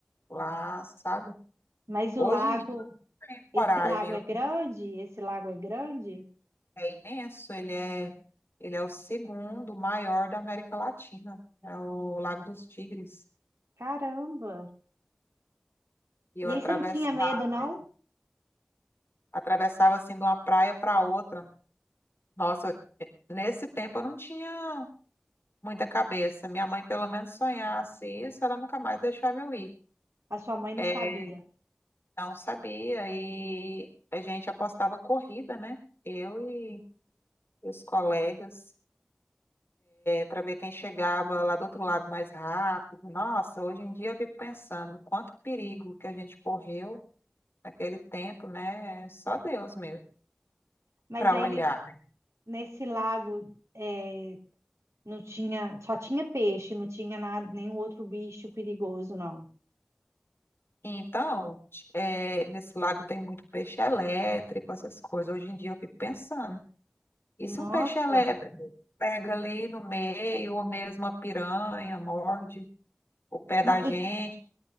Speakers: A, on the left; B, on the right.
A: lá, sabe?
B: Mas o
A: Hoje
B: lago,
A: em dia, eu tenho coragem.
B: esse lago é
A: O-
B: grande? Esse lago é grande?
A: É imenso. Ele é, ele é o segundo maior da América Latina. É o Lago dos Tigres.
B: Caramba!
A: E
B: E
A: eu
B: aí
A: atravessava,
B: você não tinha medo, não?
A: atravessava assim de uma praia para outra. Nossa, eu- nesse tempo eu não tinha muita cabeça. Minha mãe, pelo menos, sonhasse isso, ela nunca mais deixava eu ir.
B: A sua mãe não
A: É,
B: sabia.
A: Não sabia. E a gente apostava corrida, né? Eu e os colegas, para ver quem chegava lá do outro lado mais rápido. Nossa, hoje em dia eu fico pensando quanto perigo que a gente correu naquele tempo, né? Só Deus mesmo
B: Mas
A: para
B: aí
A: olhar.
B: ne- nesse lago é, não tinha, só tinha peixe, não tinha nada, nenhum outro bicho perigoso, não.
A: Então, t- eh, nesse lago tem muito peixe elétrico, essas coisas. Hoje em dia eu fico pensando. E
B: Nossa!
A: se um peixe elétrico pega ali no meio, ou mesmo a piranha, morde o pé
B: Não,
A: da gente?
B: e